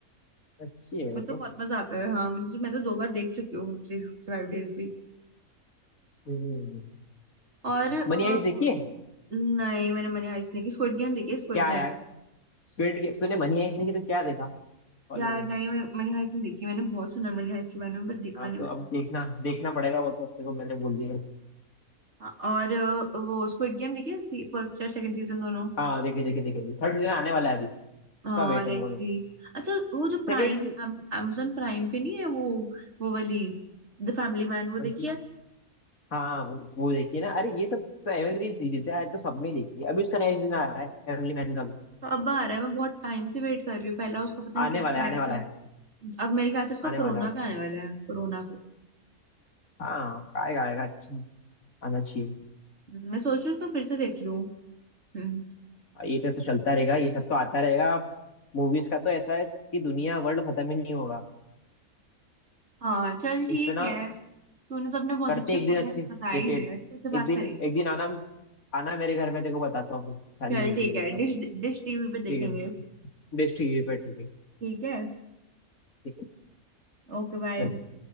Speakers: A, on the left; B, on the right.
A: है अच्छी है वो
B: मुझे
A: तो
B: तो बहुत मजा आता है हाँ मुझे तो मैं तो दो बार देख चुकी हूँ थ्री सिक्सटी फाइव डेज भी
A: हम्म
B: और, अ,
A: मनी
B: और
A: हाइस्ट देखी है
B: नहीं मैंने मनी हाइस्ट नहीं देखी स्क्विड गेम देखी है स्क्विड
A: क्या
B: गेम
A: यार स्क्विड गेम तूने मनी हाइस्ट देखी तो क्या देखा हॉलीवुड
B: यार नहीं
A: में
B: मैं मनी हाइस्ट नहीं देखी मैंने बहुत सुना मनी हाइस्ट के बारे में पर देखा
A: हाँ
B: नहीं
A: तो
B: मैंने
A: अब देखना देखना पड़ेगा वो तो अपने को मैंने बोल दिया
B: हाँ, और अ, वो स्क्विड गेम देखी है, फर्स्ट और सेकंड सीजन दोनों
A: हाँ देखे देखे देखे थर्ड सीजन आने वाला है अभी उसका
B: हाँ
A: वेट
B: लेट्स
A: है मेरे
B: सी
A: को
B: अच्छा वो जो प्राइम
A: Second season
B: amazon प्राइम पे नहीं है वो वो वाली द फैमिली मैन वो
A: कौन
B: देखी
A: सी
B: है
A: हाँ वो, वो देखिए ना अरे ये सब तो एवरग्रीन सीरीज है आज तो सबने देखी है अभी उसका नया सीजन आ रहा है फैमिली मैन का भी।
B: अब आ रहा है मैं बहुत टाइम से वेट कर रही हूँ पहला उसका पता नहीं
A: आने
B: किस
A: वाला
B: पे
A: है
B: आया
A: आने
B: था
A: वाला है
B: अब मेरे ख्याल से उसका
A: आने
B: कोरोना
A: वाला है उसका
B: पे आने वाला है कोरोना पे
A: हाँ आएगा आएगा अच्छा आना चाहिए
B: हम्म, मैं सोच रही हूँ उसका फिर से देख लूँ हम्म
A: और ये तो, तो चलता रहेगा ये सब तो आता रहेगा मूवीज का तो ऐसा है कि दुनिया वर्ल्ड खत्म ही नहीं होगा
B: हाँ चल ठीक
A: इस पे ना
B: है तूने तो अपने बहुत
A: करते
B: अच्छे ओपिनियन
A: एक दिन अच्छी
B: बता ही
A: डिटेल
B: दे अच्छे से बात
A: एक दिन
B: करेंगे
A: एक
B: किसी
A: दिन आना
B: दिन।
A: आना मेरे घर में तेरे को बताता हूँ मैं सारी
B: चल
A: मूवीज
B: ठीक
A: एक
B: है
A: बार
B: डिश डिश टीवी पे
A: ठीक
B: देखेंगे
A: है ना? बेस्ट टीवी पे ठीक है
B: ठीक है
A: ठीक
B: Okay bye
A: है